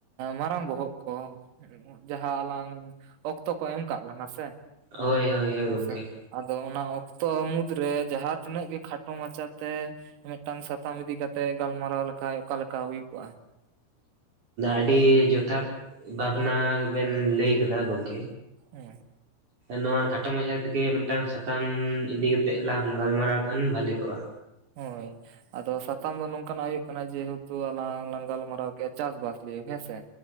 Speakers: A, on the right; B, on the right.
A: ᱢᱟᱨᱟᱝ ᱵᱚᱦᱚᱜ ᱠᱚ ᱡᱟᱦᱟᱸ ᱟᱞᱟᱝ ᱚᱠᱛᱚ ᱠᱚ ᱮᱢ ᱠᱟᱜ ᱞᱟᱝ ᱟ ᱥᱮ
B: ᱦᱳᱭ ᱦᱳᱭ ᱦᱳᱭ
A: ᱦᱮᱸᱥᱮ
B: ᱜᱚᱝᱠᱮ
A: ᱟᱫᱚ ᱚᱱᱟ ᱚᱠᱛᱚ ᱢᱩᱫᱽᱨᱮ ᱡᱟᱦᱟᱸ ᱛᱤᱱᱟᱹᱜ ᱜᱮ ᱠᱷᱴᱚ ᱢᱟᱪᱟ ᱛᱮ ᱢᱤᱫ ᱴᱟᱝ ᱥᱟᱛᱟᱢ ᱤᱫᱤ ᱠᱟᱛᱮᱜ ᱜᱟᱞ ᱢᱟᱨᱟᱣ ᱞᱮ ᱠᱷᱟᱡ ᱚᱠᱟ ᱞᱮᱠᱟ ᱦᱩᱭ ᱠᱚᱜᱼᱟ᱾
B: ᱟᱹᱰᱤ ᱡᱚᱛᱷᱟᱛ ᱵᱷᱟᱵᱱᱟ ᱵᱮᱱ ᱞᱟᱹᱭ ᱠᱮᱫᱟ ᱜᱚᱝᱠᱮ
A: ᱦᱮᱸ
B: ᱱᱚᱣᱟ ᱠᱷᱟᱴᱚ ᱢᱟᱪᱷᱟ ᱛᱮ ᱜᱮ ᱢᱤᱫᱴᱟᱝ ᱥᱟᱛᱟᱢ ᱤᱫᱤ ᱠᱟᱛᱮᱜ ᱞᱟᱝ ᱜᱟᱞ ᱢᱟᱨᱟᱣ ᱠᱷᱟᱱ ᱵᱷᱟᱞᱮ ᱠᱚᱜᱼᱟ᱾
A: ᱦᱳᱭ ᱟᱫᱚ ᱥᱟᱛᱟᱢ ᱫᱚ ᱱᱚᱝ ᱠᱟᱱᱟᱜ ᱦᱩᱭᱩᱜ ᱠᱟᱱᱟ ᱡᱮᱦᱮᱹᱛᱩ ᱟᱞᱟᱝ ᱞᱟᱝ ᱜᱟᱞ ᱢᱟᱨᱟᱣ ᱠᱮᱫ ᱟ ᱪᱟᱥ ᱵᱟᱥ ᱱᱤᱭᱮ ᱦᱮᱸᱥᱮ᱾